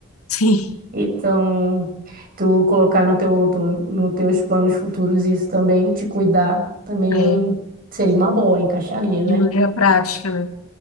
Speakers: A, on the left; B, on the right.
A: Sim,
B: Então, tu colocar no teu, tu- no teus planos futuros isso também, te cuidar também
A: é,
B: seria uma boa, encaixaria,
A: de
B: né?
A: maneira prática, né?